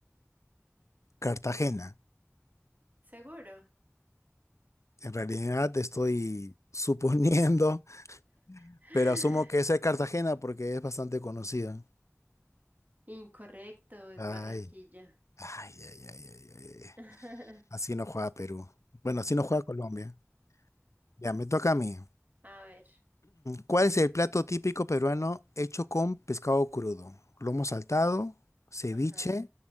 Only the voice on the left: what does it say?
Cartagena.
En realidad estoy suponiendo, <laughs>
pero asumo que esa es Cartagena porque es bastante conocida.
Ay,
ay, ay, ay, ay, ay, ay.
Así no juega Perú. Bueno, así no juega Colombia. Ya, me toca a mí.
¿Cuál es el plato típico peruano hecho con pescado crudo? Lomo saltado, ceviche